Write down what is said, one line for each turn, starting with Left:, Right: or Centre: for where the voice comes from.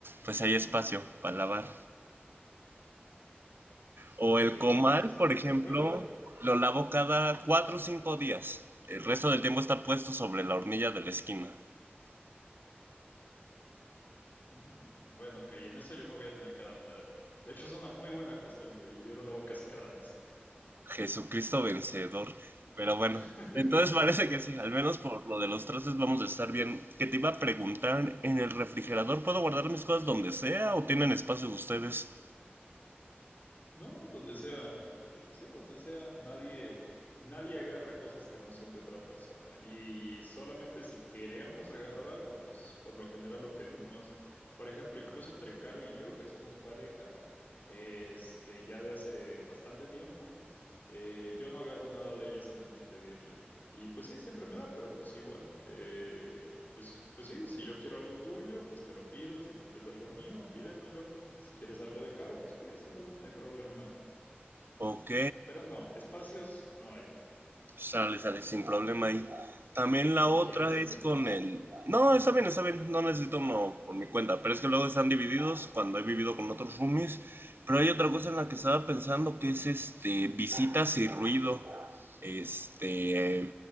Right: pues hay espacio para lavar. O
Left: Ok,
Right: el
Left: en
Right: comal,
Left: eso estamos
Right: por ejemplo,
Left: de acuerdo.
Right: lo lavo cada 4 o 5 días. El resto del tiempo está puesto sobre la hornilla de la esquina.
Left: Mm, bueno, ok, en eso yo me voy a tener que adaptar a ti. De hecho, es una muy buena costumbre. Yo lo lavo casi cada mes.
Right: Jesucristo vencedor. Pero bueno,
Left: <laughs>
Right: entonces parece que sí, al menos por lo de los trastes vamos a estar bien. Que te iba a preguntar, ¿en el refrigerador puedo guardar mis cosas donde sea o tienen espacios ustedes?
Left: No, donde sea, eh, sí, donde sea, nadie, nadie agarra cosas que no son de otra persona. Y solamente si queremos agarrar algo, pues por lo general lo pedimos. Por ejemplo, incluso entre Caro y yo, que somos pareja, este, ya de hace bastante tiempo, eh, yo no agarro nada de ella sin antes pedirle. Y pues sí, siempre me da, pero pues igual, eh, pues, pues sí, si yo quiero algo tuyo, pues te lo pido, si tú quieres algo mío, pídemelo. Si quieres algo de caro, pues pídeselo, no hay problema.
Right: Ok,
Left: Pero no, espacios no hay.
Right: sale, sale, sin problema ahí. También la
Left: O
Right: otra
Left: quieres un
Right: es
Left: espacio.
Right: con el... No, está bien, está bien, no necesito uno por mi cuenta, pero es que luego están divididos cuando he vivido con otros roomies. Pero hay otra cosa en la que estaba pensando que es este, visitas y ruido. Este,